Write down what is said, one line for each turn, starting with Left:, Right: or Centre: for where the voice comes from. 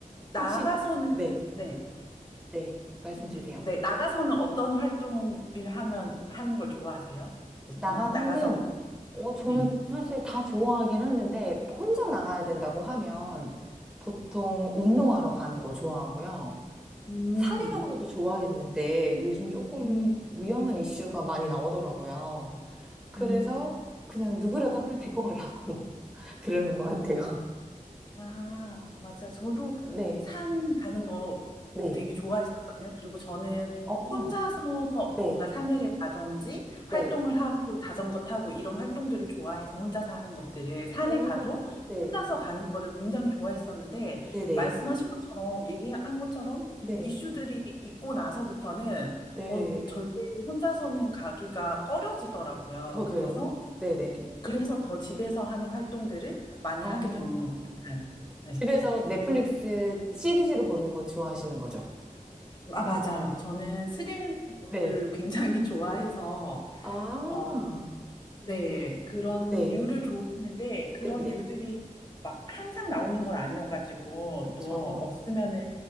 Left: 나가서는,
Centre: 혹시, 네.
Left: 네,
Centre: 네, 말씀
Left: 그,
Centre: 주세요.
Left: 네, 나가서는 어떤 활동을 하면, 하는 걸 좋아하세요? 보통?
Centre: 나가서는,
Left: 나가서,
Centre: 어, 저는
Left: 네.
Centre: 사실 다 좋아하긴 하는데, 혼자 나가야 된다고 하면 보통 운동하러 가는 거 좋아하고요.
Left: 음,
Centre: 산에 가는 것도 좋아했는데, 요즘 조금
Left: 음,
Centre: 위험한 이슈가 많이 나오더라고요. 그래서
Left: 음.
Centre: 그냥 누구라도 하면 데리고 가려고 <laughs> 그러는 것 같아요.
Left: 아, 맞아. 저도
Centre: 네,
Left: 산 가는 거
Centre: 네,
Left: 되게 좋아했었거든요. 그리고 저는
Centre: 어,
Left: 혼자서
Centre: 네,
Left: 뭔가 산에를 가든지 활동을
Centre: 네,
Left: 하고 자전거 타고 이런 활동들을 좋아해서 혼자서 하는 것들을 산에
Centre: 어,
Left: 가도
Centre: 네,
Left: 혼자서 가는 거를 굉장히 좋아했었는데
Centre: 네네,
Left: 말씀하신 것처럼 얘기한 것처럼
Centre: 네,
Left: 이슈들이 있고 나서부터는
Centre: 네,
Left: 어, 절대 혼자서는 가기가 꺼려지더라고요.
Centre: 저도요.
Left: 그래서
Centre: 네네.
Left: 그래서 더 집에서 하는 활동들을 많이
Centre: 어.
Left: 하게 된 것 같아요. 네.
Centre: 집에서 넷플릭스 시리즈로 보는 거 좋아하시는 거죠?
Left: 아, 맞아요. 저는 스릴러를 <laughs>
Centre: 네.
Left: 굉장히 좋아해서,
Centre: 아,
Left: 어, 네. 그런
Centre: 네,
Left: 류를 좋아했는데 그런
Centre: 네네.
Left: 류들이 막 항상 나오는 건 아니어가지고,
Centre: 그쵸.
Left: 또 없으면은